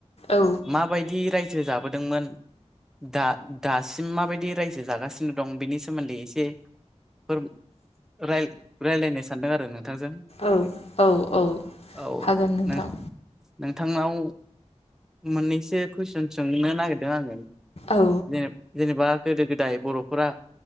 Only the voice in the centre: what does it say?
माबायदि रायजो जाबोदोंमोन दा दासिम माबायदि रायजो जागासिनो दं बेनि सोमोन्दै एसे फोरबो राय राय्लायनो सानदों आरो नों थांजो
औ
नों नोंथांनाव मोननैसो कुइसन सोंनो नागिरदों आङो
जेने जेनेबा गोदो गोदाय बर'फोरा